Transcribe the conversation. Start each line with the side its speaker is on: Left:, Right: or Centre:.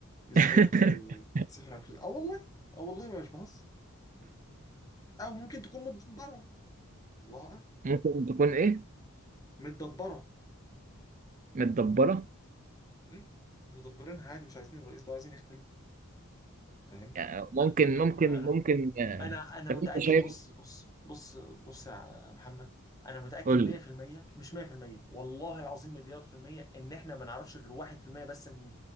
Left: ازاي
Right: <laughs>
Left: ت- تسافر عبر- اه والله اه والله ما مش بهزر او ممكن تكون متدبره الله اعلم
Right: ممكن تكون ايه
Left: متدبره
Right: متدبره
Left: إيه؟ مدبرينها عادي مش عايزين الرئيس ده عايزين يختلوه فاهم
Right: يعني
Left: فلا
Right: ممكن
Left: لا،
Right: ممكن
Left: انا انا
Right: ممكن آه،
Left: انا انا
Right: طب
Left: متاكد
Right: انت شايف
Left: بص بص بص بص يا محمد انا متاكد
Right: قول
Left: 100%
Right: لي
Left: مش 100% والله العظيم مليار في المية ان احنا ما نعرفش غير 1% بس من